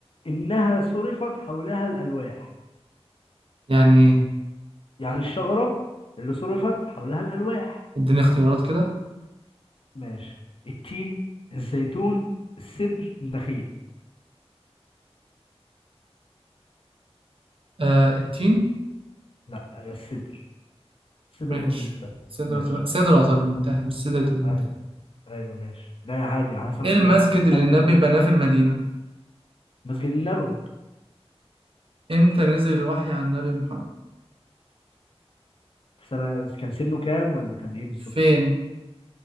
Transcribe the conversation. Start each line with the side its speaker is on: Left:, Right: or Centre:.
Left: إنها صرفت حولها الألواح
Right: يعني إيه؟
Left: يعني الشجرة اللي صرفت حولها الألواح
Right: اديني اختيارات كده
Left: ماشي التين الزيتون السدر النخيل
Right: آه التين
Left: لا هي السدر سدرة
Right: ماشي
Left: المنتهى
Right: سدرة
Left: ماشي
Right: سدرة المنتهى مش سدرة المنتهى
Left: أيوة. ايوه ماشي لا يا عادي على حسب
Right: ايه المسجد
Left: مرحله
Right: اللي النبي
Left: من الجمله
Right: بناه في المدينة
Left: مسجد النبوي
Right: امتى نزل الوحي عن النبي محمد
Left: في سنه كان سنه كام ولا كان ايه بالظبط
Right: فين